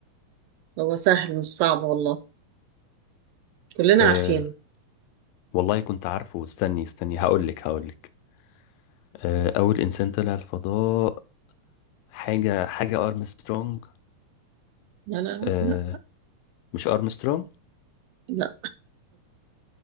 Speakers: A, on the right; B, on the left.
A: هو سهل مش صعب والله كلنا
B: آه
A: عارفينه
B: والله كنت عارفه استني استني هقولك هقولك آه، أول إنسان طلع الفضاء حاجة حاجة أرمسترونج
A: لا لا
B: آه
A: لا
B: مش أرمسترونج
A: لا